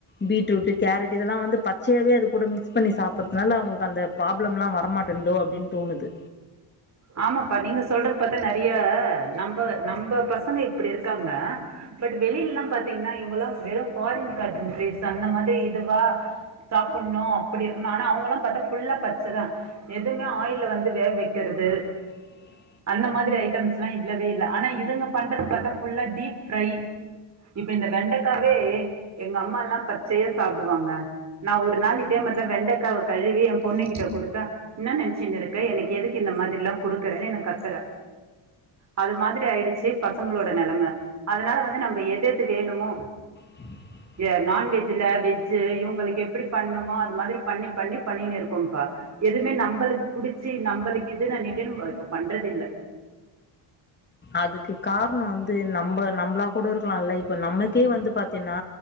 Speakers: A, on the left; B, on the right.
A: பீட்ரூட்டு கேரட்டு இதெல்லா வந்து பச்சையாவே அது கூட மிக்ஸ் பண்ணி சாப்பறதுனால அவுங்களுக்கு அந்த ப்ராப்ளம்லா வரமாட்டேன்ந்தோ அப்டின் தோணுது
B: ஆமாப்பா நீங்க சொல்றது பாத்தா நறைய நம்ப நம்ப பசங்க இப்படி இருக்காங்க பட் வெளிலல்லா பாத்தீங்கன்னா இவுங்கால்லா வெறு ஃபரின் கன்ட்ரீஸ் அந்த மாரி இதுவா சாப்பட்ணு இப்படி இருக்னு ஆனா அவுங்களா பாத்தா ஃபுல்லா பச்சதா எதுமே ஆயில்ல வந்து வேவ் வைக்கிறது
A: <unintelligible>
B: அந்த மாதிரி ஐட்டம்ஸ் எல்லா இல்லவே இல்ல ஆனா இதுங்க பண்றது பாத்தா ஃபுல்லா டீப் ஃப்ரை இப்ப இந்த வெண்டக்காவே எங்க அம்மா எல்லா பச்சையா சாப்டுவாங்க நா ஒரு நாள் இதே மாதிரிதா வெண்டக்காவ கழுவி ஏ பொண்ணு கிட்ட குடுத்த என்ன நெனச்சின்னு இருக்க எனக்கு எதுக்கு இந்த மாதிரியெல்லா குடுக்குறேனு என்ன கத்துறா அது மாதிரி ஆயிடுச்சு பசங்களோட நெலம அதனால வந்து நம்ம எதெது வேணுமோ
A: <unintelligible>
B: ஏ நான்வெஜ்ல வெஜ்ஜு இவங்களுக்கு எப்படி பண்ணுமோ அது மாதிரி பண்ணி பண்ணி பண்ணின்னு இருக்கோம்பா எதுவுமே நம்மளுக்கு புடிச்சு நம்மளுக்கு இதுன்னு <unintelligible> இப்ப பண்றது இல்ல
A: அதுக்கு காரணோ வந்து நம்ம நம்மளா கூட இருக்கலாம்ல இப்ப நம்மக்கே வந்து பாத்தீனா